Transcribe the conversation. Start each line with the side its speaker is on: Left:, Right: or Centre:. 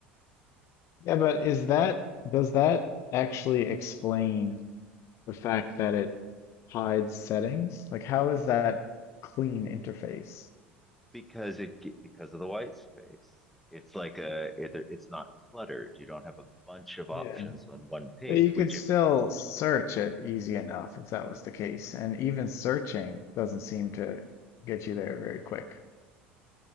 Left: Yeah, but is that does that actually explain the fact that it hides settings? Like how is that clean interface?
Centre: because it because of the white space. It's like a it, it's not cluttered. You don't have a bunch of options
Left: Yeah.
Centre: on one page,
Left: But you
Centre: which
Left: could still
Centre: if
Left: search it easy enough if that was the case. And even searching doesn't seem to get you there very quick.